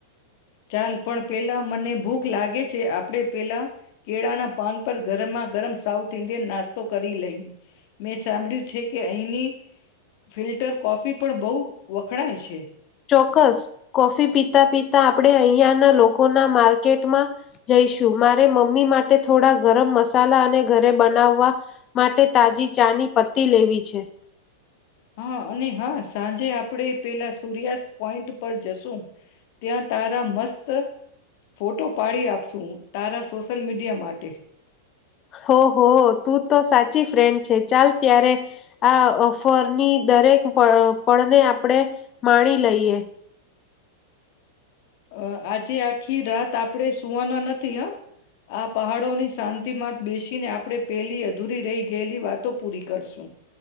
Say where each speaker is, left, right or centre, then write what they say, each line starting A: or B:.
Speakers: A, on the left; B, on the left.
A: ચાલ પણ પેલા મને ભૂખ લાગે છે. આપડે પેલાં કેળાના પાન પર ગરમા ગરમ સાઉથ ઇન્ડિયન નાસ્તો કરી લઈ. મેં સાંભળ્યું છે કે અહીંની ફિલ્ટર કોફી પણ બહુ વખણાય છે.
B: ચોક્કસ. કોફી પીતા પીતા આપડે અહીંયાના લોકોના માર્કેટમાં જઈશું. મારે મમ્મી માટે થોડા ગરમ મસાલા અને ઘરે બનાવવા માટે તાજી ચાની પત્તી લેવી છે.
A: હ, અને હા, સાજ જે આપડે પેલા સૂર્યાસ્ત પોઈન્ટ પર જશું. ત્યાં તારા મસ્ત ફોટો પાડી આપશું. તારા સોશલ મીડિયા માટે
B: હોહો, તું તો સાચી ફ્રેન્ડ છે. ચાલ ત્યારે આ ઓફરની દરેક પળ પળને આપડે માણી લઈએ.
A: અ આજે આખી રાત આપડે સુવાના નથી હ. આ પહાડોની શાંતિમાં બેસીને આપડે પેલી અધૂરી રહી ગેયલી વાતો પૂરી કરશું.